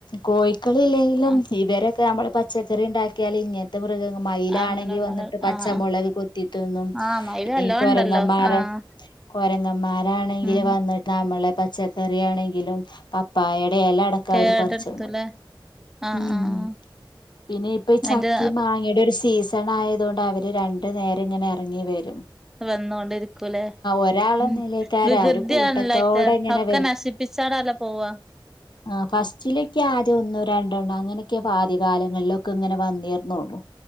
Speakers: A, on the left; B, in the centre.
A: കോഴിക്കള് ഇല്ലേങ്കിലും
B: ആഹ്
A: ഇവരൊക്കെ നമ്മള് പച്ചക്കറി ഇണ്ടാക്ക്യാല് ഇങ്ങ ത്ത്‌ മൃഗങ്ങ മയിലാണ്
B: ആഹ് അങ്ങനെ ഒന്നര
A: വന്നിട്ട് പച്ചമൊളക്
B: ആഹ് ആഹ്
A: കൊത്തിതിന്നും
B: ആഹ് മയില് നല്ലോം
A: ഈ കൊരങ്ങന്മാര്
B: ഇണ്ടല്ലോ ആഹ്
A: കൊരങ്ങമ്മാരാണെങ്കില്
B: ഉം
A: വന്നിട്ട് നമ്മളെ പച്ചക്കറി ആണെങ്കിലും പപ്പായേടെ എല അട ക്കെ
B: കേടെടുത്തുല്ലേ
A: അവര് പറിച്ചൊണ്ടോവും
B: ആഹ്
A: ഉം
B: ആഹ്
A: പിന്നെ ഇപ്പ ഈ ചക്കി
B: അയിന്റെ
A: മാങ്ങിടെ ഒരു സീസണായതോണ്ട് അവര് രണ്ട് ട്ട് നേരങ്ങനെ എറ്ങ്ങി വെരും
B: വന്നോണ്ടിരിക്കുലേ
A: ഒരാളൊന്നുല്ലേക്കാരം
B: ഉം വികൃതിയല്ലയ്റ്റ
A: അവര് കൂട്ടത്തോടെ ഇങ്ങനെ
B: ഒക്ക നശിപ്പിച്ചാണല്ലോ പോവ
A: ആഹ് ഫസ്റ്റിലൊക്കെ ആദ്യം ഒന്നും രണ്ടെണ്ണം അങ്ങനെയൊക്കെ ആദ്യ കാലങ്ങളിലൊക്ക ഇങ്ങനെ വന്നീർന്നൊള്ളു